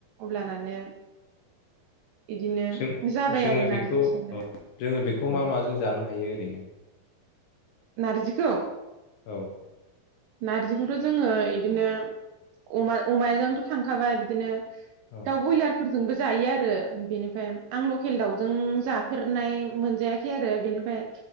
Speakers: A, on the right (about 80°); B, on the left (about 75°).
A: अब्लानानो इदिनो
B: जों-जोङो
A: जाबाय आरो
B: बेखौ
A: नारजि संनो
B: औ जोङो बेखौ
A: औ
B: मा माजों जानो हायो ओरैनो?
A: नारजिखौ?
B: औ
A: नारजिखौथ' जोङो इदिनो अमा-अमाजोंथ' थांखाबाय बिदिनो
B: औ
A: दाउ बयलार फोरजोंबो जायो आरो। बेनिफ्राय आं लकेल दाउजों जाफेरनाय मोनजायाखै आरो बेनिफ्राय